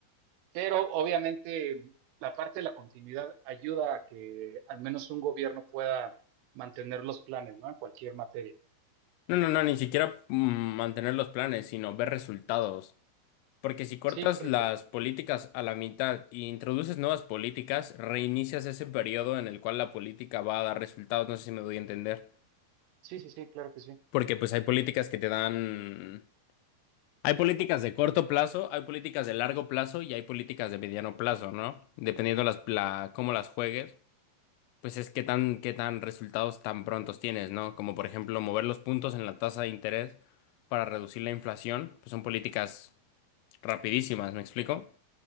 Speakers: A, on the right (about 80°); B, on the left (about 85°).
A: pero obviamente la parte de la continuidad ayuda a que al menos un gobierno pueda mantener los planes, ¿no? En cualquier materia.
B: No, no, no, ni siquiera mm, mantener los planes, sino ver resultados. Porque si cortas
A: Sí, correcto.
B: las políticas a la mitad e introduces nuevas políticas, reinicias ese periodo en el cual la política va a dar resultados. No sé si me doy a entender.
A: Sí, sí, sí, claro que sí.
B: Porque pues hay políticas que te dan... Hay políticas de corto plazo, hay políticas de largo plazo y hay políticas de mediano plazo, ¿no? Dependiendo las, la, cómo las juegues. Pues es que tan, qué tan resultados tan prontos tienes, ¿no? Como por ejemplo mover los puntos en la tasa de interés para reducir la inflación, pues son políticas rapidísimas, ¿me explico?